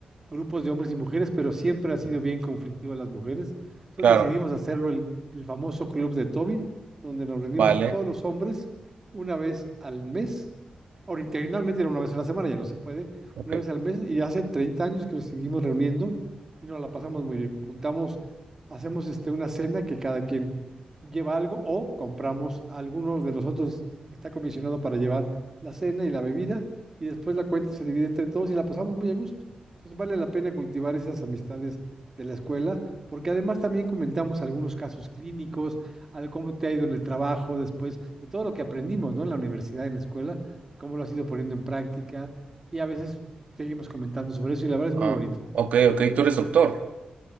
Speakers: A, on the right; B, on the right.
A: grupos de hombres y mujeres, pero siempre ha sido bien conflictiva las mujeres. Entonces
B: claro.
A: decidimos hacerlo el, el famoso club de Toby, donde nos reunimos
B: Vale,
A: todos los hombres una vez al mes. Originalmente era una vez a la semana, ya no se puede,
B: ok.
A: una vez al mes y hace 30 años que nos seguimos reuniendo y nos la pasamos muy bien. Juntamos, hacemos este, una cena que cada quien lleva algo o compramos, algunos de nosotros está comisionado para llevar la cena y la bebida y después la cuenta se divide entre todos y la pasamos muy a gusto. Entonces vale la pena cultivar esas amistades de la escuela porque además también comentamos algunos casos clínicos, al cómo te ha ido en el trabajo después, de todo lo que aprendimos, ¿no? En la universidad, en la escuela, cómo lo has ido poniendo en práctica y a veces seguimos comentando sobre eso y la verdad es
B: Ah,
A: muy bonito.
B: ok, ok, tú eres doctor.